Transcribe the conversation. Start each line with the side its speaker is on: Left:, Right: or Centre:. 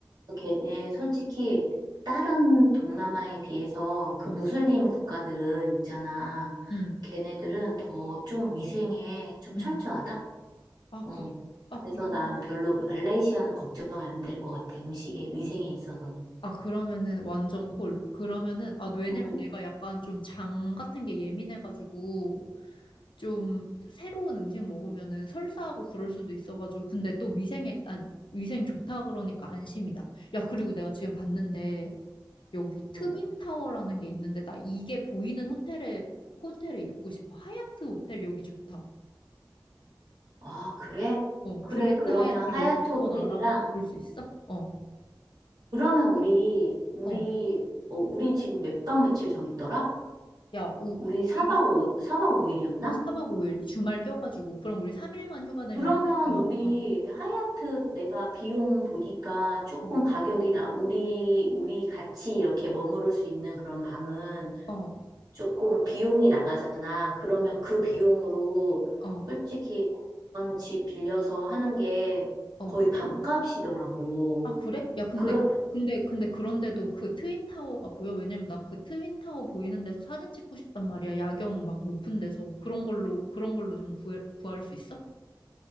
Right: 걔네 솔직히 다른 동남아에 비해서 그
Left: 어,
Right: 무슬림 국가들은 있잖아.
Left: 응,
Right: 걔네들은 더 좀 위생에 좀 철저하다?
Left: 응. 아,
Right: 어.
Left: 그, 아,
Right: 그래서
Left: 그럼,
Right: 난 별로 말레이시아는 걱정이 안 될 것 같아. 음식에, 위생에 있어서는.
Left: 아, 그러면은 완전 콜. 그러면은, 아, 왜냐면
Right: 음,
Left: 내가 약간 좀 장 같은 게 예민해가지고 좀 새로운 음식 먹으면은 설사하고 그럴 수도 있어가지고. 근데 또 위생에, 안, 위생 좋다 그러니까 안심이다. 야, 그리고 내가 지금 봤는데 여기 트윈
Right: 음.
Left: 타워라는 게 있는데 나 이게 보이는 호텔에 호텔에 있고 싶어. 하얏트 호텔 여기 좋다.
Right: 아, 그래?
Left: 어,
Right: 그래.
Left: 그랜드
Right: 그러면
Left: 하얏트
Right: 하얏트
Left: 여기 한번
Right: 호텔이랑,
Left: 알아볼 수 있어? 어,
Right: 그러면 우리, 우리,
Left: 어.
Right: 어, 우리 지금 몇 박 며칠 정했더라?
Left: 야, 우,
Right: 우리 사박오
Left: 우리
Right: 4박 5일이었나?
Left: 어, 4박 5일 주말 껴가지고 그럼 우리 3일만 휴가 내면
Right: 그러면
Left: 되니까.
Right: 우리 하얏트 내가 비용 보니까 조금
Left: 어, 어,
Right: 가격이 나, 우리, 우리 같이 이렇게 머무를 수 있는 그런 방은
Left: 어,
Right: 조금 비용이 나가잖아. 그러면
Left: 어,
Right: 그 비용으로
Left: 어.
Right: 솔직히 그런 집 빌려서 하는 게
Left: 어.
Right: 거의 반값이더라고.
Left: 아, 그래? 야, 근데
Right: 그러,
Left: 근데 근데 그런데도 그 트윈 타워가 보여? 왜냐면 나 그 트윈 타워 보이는 데서 사진 찍고 싶단 말이야. 야경 막 높은 데서 그런 걸로 그런 걸로 좀 구해, 구할 수 있어?